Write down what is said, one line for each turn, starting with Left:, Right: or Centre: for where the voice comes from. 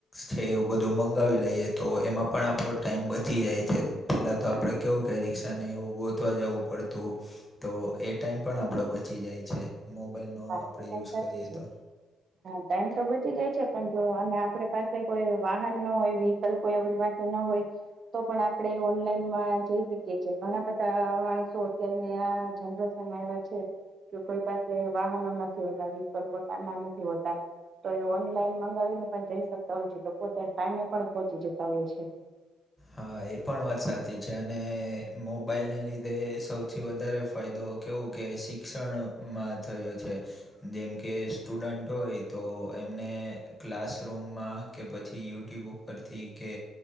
Left: છે એવું બધું મંગાવી લઈએ તો એમાં પણ આપણો ટાઈમ બચી જાય છે. પહેલાં તો આપણે કેવું કે રિક્ષાને એવું ગોતવા જવું પડતું. તો એ ટાઈમ પણ આપણો બચી જાય છે મોબાઈલનો
Right: હા
Left: આપણે
Right: એ વાત
Left: યુઝ
Right: સાચી
Left: કરીએ
Right: છે
Left: તો
Right: હા ટાઈમ તો બચી જાય છે પણ જો અને આપણે પાસે કોઈ વાહન ન હોય વી કોઈ આપણી પાસે ન હોય તો પણ આપણે ઓનલાઈનમાં જઈ શકીએ છીએ. ઘણા બધા માણસો અત્યારની આ જનરેશનમાં એવા છે કે કોઈ પાસે વાહનો નથી હોતા વિકલ્પ પોતાના નથી હોતા તો એ ઓનલાઈન મંગાવીને પણ જઈ શકતા હોય છે તો પોતે ટાઈમે પણ પોહોંચી જતા હોય છે.
Left: હા એ પણ વાત સાચી છે અને મોબાઈલને લીધે તે સૌથી વધારે ફાયદો કેવું કે શિક્ષણમાં થયો છે. જેમ કે સ્ટુડન્ટ હોય તો એમને ક્લાસરૂમમાં કે પછી યુટ્યુબ ઉપરથી કે